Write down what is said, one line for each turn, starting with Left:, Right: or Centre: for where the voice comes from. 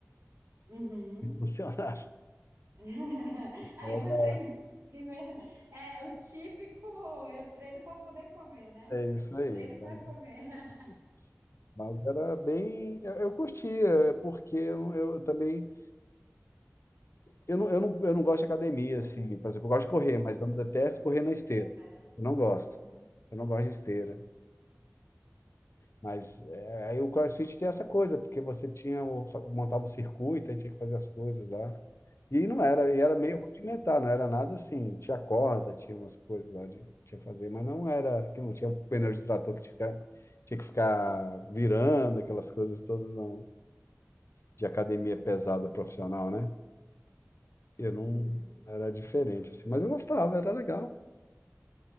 Right: Uhum.
Left: <laughs> Funcionava.
Right: <laughs> Aí
Left: É
Right: vocês, primeiro, é o típico, eu treino para poder comer, né?
Left: é isso
Right: Eu
Left: aí.
Right: treino
Left: tá?
Right: para comer. <laughs>
Left: Isso. Mas era bem. Eu eu curtia, porque eu, eu também. Eu não, eu não, eu não gosto de academia, assim. Por exemplo, eu gosto de correr,
Right: Uhum.
Left: mas eu detesto correr na esteira.
Right: É, cara.
Left: Eu não gosto.
Right: Uhum.
Left: Eu não gosto de esteira. Mas é, aí o CrossFit tem essa coisa, porque você tinha o, fa- montava o circuito, aí tinha que fazer as coisas lá. E não era, e era
Right: Sim.
Left: meio rudimentar, não era nada assim, tinha corda, tinha umas coisas lá de tinha que fazer, mas não era que não tinha pneu de trator que tinha, que ficar- tinha que ficar virando aquelas coisas todas não, de academia pesada profissional, né? Eu não
Right: Uhum.
Left: era diferente assim, mas eu gostava, era legal.